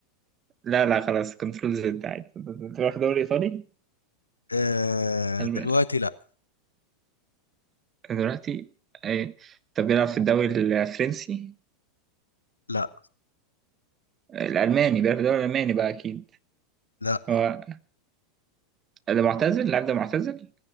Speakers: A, on the right; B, on the left.
A: لا لا خلاص كنترول زد عادي تروح دوري إيطالي
B: آه
A: الب-
B: دلوقتي لا
A: دلوقتي ايه طب بيلعب في الدوري الفرنسي
B: لا
A: الألماني بيلعب في الدوري الألماني بقى أكيد
B: لا
A: هو ده معتزل اللاعب ده معتزل